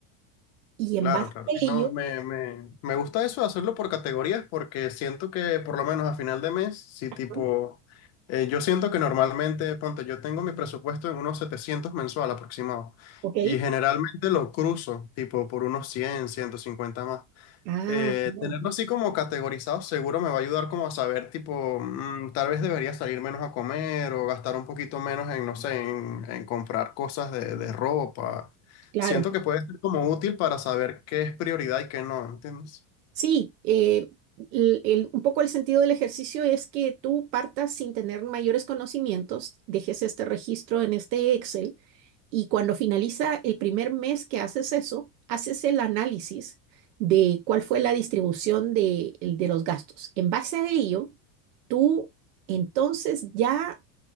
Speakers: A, on the right; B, on the left.
A: Y
B: Claro,
A: en base
B: claro.
A: a
B: No,
A: ello,
B: me, me, me gusta eso de hacerlo por categorías porque siento que por lo menos a final de mes, si
A: Ah,
B: tipo, eh, yo siento que normalmente, ponte, yo tengo mi presupuesto en unos 700 mensual aproximado
A: ¿ok?
B: y generalmente lo cruzo tipo por unos cien, ciento cincuenta más.
A: Ah,
B: Eh,
A: no,
B: tenerlo así como categorizado seguro me va a ayudar como a saber, tipo, mm, tal vez debería salir menos a comer o gastar un poquito menos en, no sé, en, en comprar cosas de, de ropa.
A: claro.
B: Siento que puede ser como útil para saber qué es prioridad y qué no, ¿entiendes?
A: Sí, eh, el- el- un poco el sentido del ejercicio es que tú partas sin tener mayores conocimientos, dejes este registro en este Excel Y cuando finaliza el primer mes que haces eso, haces el análisis de cuál fue la distribución de, de los gastos. En base a ello, tú entonces ya